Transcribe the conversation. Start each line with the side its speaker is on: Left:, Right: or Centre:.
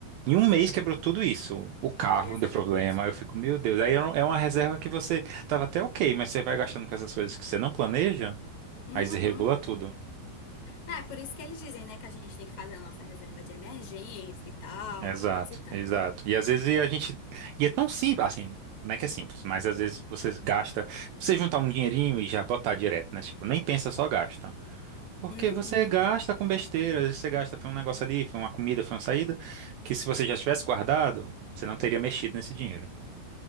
Right: em um mês quebrou tudo isso. O carro
Left: exatamente.
Right: deu problema, eu fico, meu Deus, aí é um- é uma reserva que você tava até ok, mas você vai gastando com essas coisas que você não planeja,
Left: Uhum.
Right: aí desregula tudo.
Left: Ah, é por isso que eles dizem, né, que a gente tem que fazer a nossa reserva de emergência e tal,
Right: Exato,
Left: coisa e tal.
Right: exato. E às vezes a gente. E é tão simples, assim, não é que é simples, mas às vezes você gasta. Você juntar um dinheirinho e já botar direto, né? Tipo, nem pensa, só gasta. Porque
Left: Uhum.
Right: você gasta com besteira, às vezes você gasta, foi um negócio ali, foi uma comida, foi uma saída, que se você já tivesse guardado, você não teria mexido nesse dinheiro.